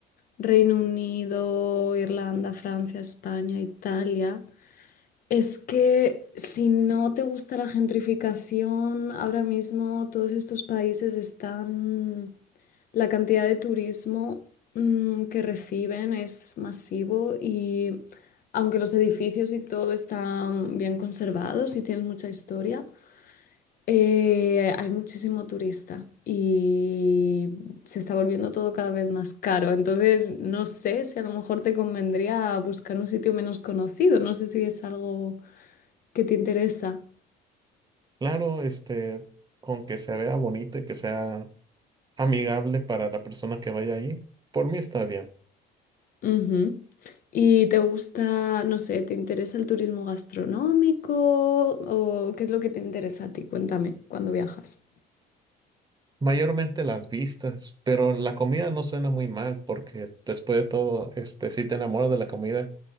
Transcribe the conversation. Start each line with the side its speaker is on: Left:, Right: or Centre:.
Left: Reino Unido, Irlanda, Francia, España, Italia. Es que si no te gusta la gentrificación, ahora mismo todos estos países están... La cantidad de turismo mm, que reciben es masivo y aunque los edificios y todo están bien conservados y tienen mucha historia, eh, hay muchísimo turista y se está volviendo todo cada vez más caro. Entonces, no sé si a lo mejor te convendría buscar un sitio menos conocido. No sé si es algo que te interesa.
Right: Claro, este, con que se vea bonito y que sea amigable para la persona que vaya ahí, por mí está bien.
Left: Ujú. ¿Y te gusta, no sé, te interesa el turismo gastronómico o qué es lo que te interesa a ti? Cuéntame, cuando viajas.
Right: Mayormente las vistas, pero la comida no suena muy mal porque después de todo, este, si te enamoras de la comida,